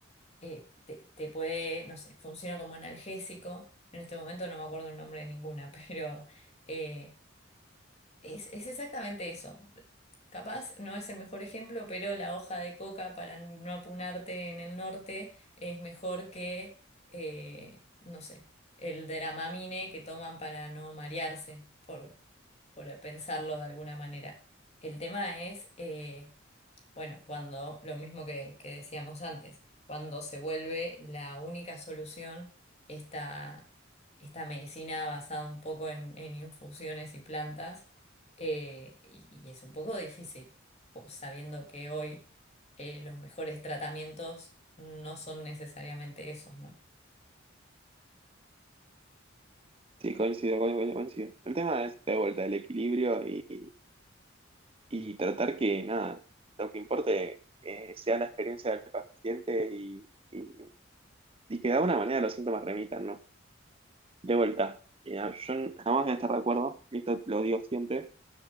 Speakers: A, on the left (about 35°); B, on the right (about 30°).
A: eh, te, te puede, no sé, funciona como analgésico. En este momento no me acuerdo el nombre de ninguna, <laughs> pero eh, es, es exactamente eso. Capaz no es el mejor ejemplo, pero la hoja de coca para no apunarte en el norte es mejor que, eh, no sé, el Dramamine que toman para no marearse, por, por pensarlo de alguna manera. El tema es eh, bueno, cuando lo mismo que, que decíamos antes, cuando se vuelve la única solución esta, esta medicina basada un poco en, en infusiones y plantas, eh, y, y es un poco difícil, o- sabiendo que hoy eh, los mejores tratamientos no son necesariamente esos, ¿no?
B: Sí, coincido, coincido, coincido. El tema es de vuelta el equilibrio y y tratar que nada, lo que importe eh, sea la experiencia del paciente y, y, y que de alguna manera los síntomas remitan, ¿no? De vuelta, eh, yo jamás voy a estar de acuerdo, y esto lo digo siempre,